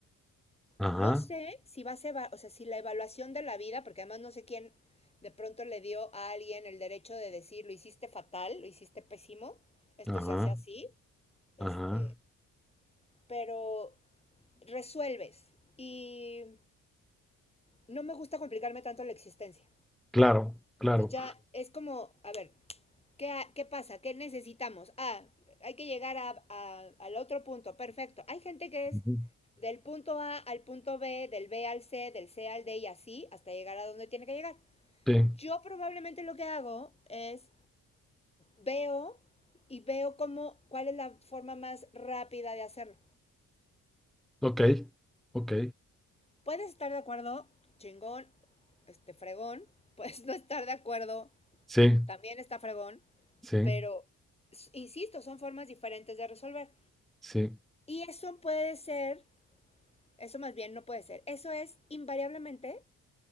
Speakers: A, in the centre; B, on the left (about 15°).
A: Ajá,
B: No sé si va a ser, o sea, si la evaluación de la vida, porque además no sé quién de pronto le dio a alguien el derecho de decir, lo hiciste fatal, lo hiciste pésimo, esto
A: ajá,
B: se hace así, este,
A: ajá.
B: pero resuelves y no me gusta complicarme tanto la existencia.
A: Claro, claro.
B: Entonces ya es como, a ver, ¿Qué, qué pasa? ¿Qué necesitamos? Ah, hay que llegar a, a, al otro punto, perfecto. Hay gente que es
A: Ujú.
B: del punto A al punto B, del B al C, del C al D y así hasta llegar a donde tiene que llegar.
A: Sí,
B: Yo probablemente lo que hago es veo y veo cómo, cuál es la forma más rápida de hacerlo.
A: ok, ok.
B: Puedes estar de acuerdo, chingón, este fregón, <laughs> puedes no estar de acuerdo,
A: Sí,
B: también está fregón,
A: sí,
B: pero s- insisto, son formas diferentes de resolver.
A: sí.
B: Y eso puede ser, eso más bien no puede ser, eso es invariablemente